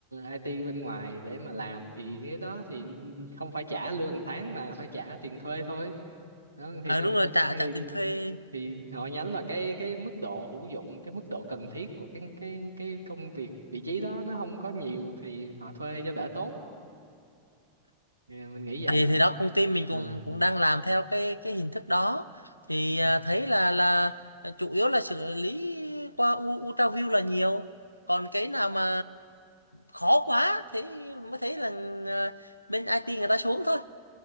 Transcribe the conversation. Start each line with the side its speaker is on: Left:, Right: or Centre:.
Right: IT bên ngoài để mà làm thì cái đó thì không phải trả lương hàng tháng mà phải trả tiền thuê thôi. Đó, thì
Left: à,
Right: nó
Left: đúng rồi
Right: cũng
Left: trả
Right: thì,
Left: trả tiền thuê
Right: thì họ nhắm là cái cái mức độ hữu dụng, cái mức độ cần thiết của cái cái cái công việc vị trí đó nó không có nhiều thì họ thuê cho đỡ tốn. Thì mình nghĩ vậy.
Left: thì thì đó công ty mình
Right: Ờ,
Left: cũng cũng đang làm theo cái cái hình thức đó thì
Right: ừ,
Left: à, thấy là là chủ yếu là xử lý qua U- UltraView là nhiều còn cái nào mà khó quá thế mới thấy là à, bên IT người ta xuống thôi